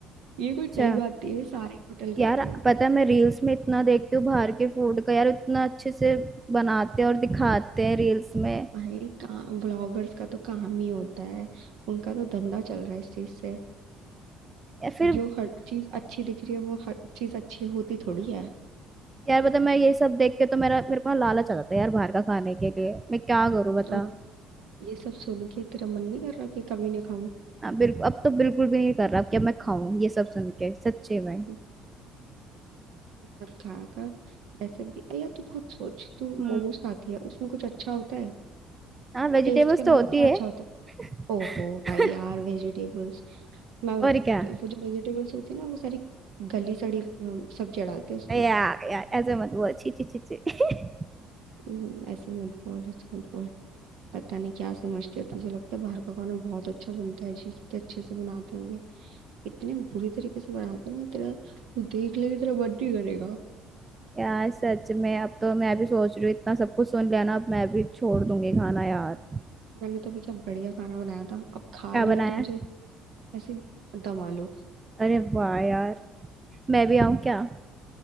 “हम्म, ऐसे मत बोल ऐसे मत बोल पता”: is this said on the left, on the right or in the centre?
Right